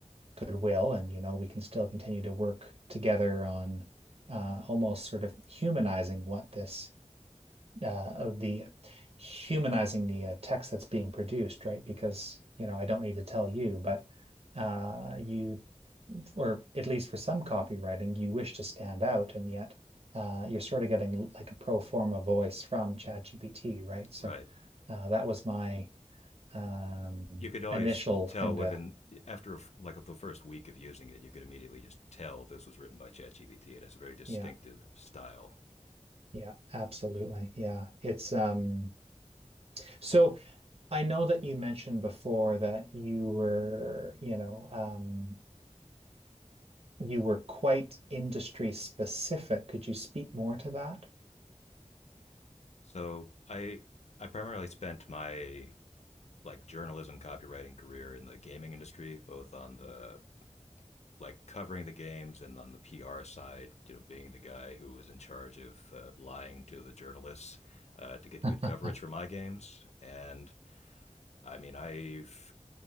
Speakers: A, on the right (about 55°); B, on the left (about 65°).
A: goodwill and you know we can still continue to work together on uh, almost sort of humanizing what this uh, the humanizing the uh, text that's being produced, right? Because you know I don't need to tell you, but uh, you or at least for some copywriting, you wish to stand out, and yet uh, you're sort of getting like a pro forma voice from ChatGPT, right? So
B: Right.
A: uh, that was my um,
B: you could always
A: initial
B: tell
A: thing
B: within
A: to,
B: after like the first week of using it, you could immediately just tell this was written by ChatGPT. It has a very distinctive
A: yeah,
B: style.
A: yeah, absolutely. Yeah. It's um so I know that you mentioned before that you were, you know, um you were quite industry specific. Could you speak more to that?
B: So I I primarily spent my like journalism copywriting career in the gaming industry, both on the like covering the games and on the PR side, you know, being the guy who was in charge of uh, lying to the journalists uh, to get
A: <laughs>
B: good coverage for my games. And I mean, I've